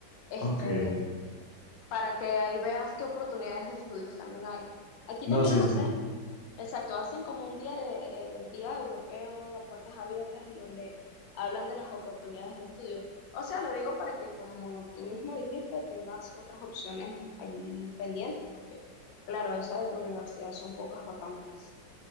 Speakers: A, on the left; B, on the left.
A: este,
B: Ok.
A: para que ahí veas qué oportunidades de estudios también hay. Aquí
B: No,
A: también
B: sí,
A: hacen,
B: sí.
A: exacto, hacen como un día de eh, día europeo a puertas abiertas en donde hablan de las oportunidades de estudio. O sea, lo digo para que, como tú mismo dijiste, tengas otras opciones allí pendientes, porque, claro, esa de tu universidad son pocas vacantes.